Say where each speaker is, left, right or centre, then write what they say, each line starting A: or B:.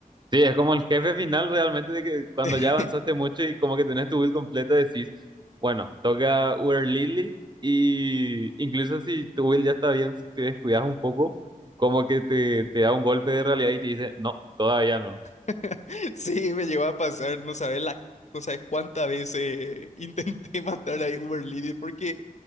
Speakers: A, on the right; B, on the left.
A: Sí, es como el jefe final realmente de que cuando
B: <laughs>
A: ya avanzaste mucho y como que tenés tu build completa decís, bueno, toca Uber Lilith y incluso si tu build ya está bien, si te descuidas un poco, como que te, te da un golpe de realidad y te dice, no, todavía no.
B: <laughs> Sí, me llegó a pasar, no sabes la, no sabes cuántas veces <laughs> intenté matar a Uber Lily porque